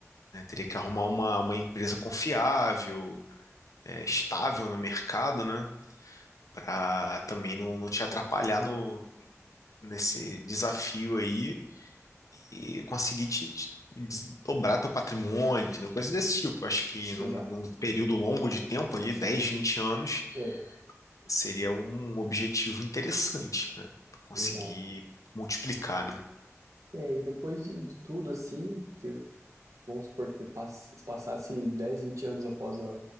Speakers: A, on the left; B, on the right.
A: né, teria que arrumar uma, uma empresa confiável, é, estável no mercado, né? Para também não, não te atrapalhar no, nesse desafio aí e conseguir te, te dobrar teu patrimônio, entendeu? Coisas desse tipo. Acho que num,
B: Exato.
A: num período longo de tempo, ali, 10 20 anos,
B: É,
A: seria um objetivo interessante, né? Pra conseguir
B: exato.
A: multiplicar, né?
B: É, e depois de, de tudo, assim, que vamos supor que te pass- passasse 10 20 anos após a,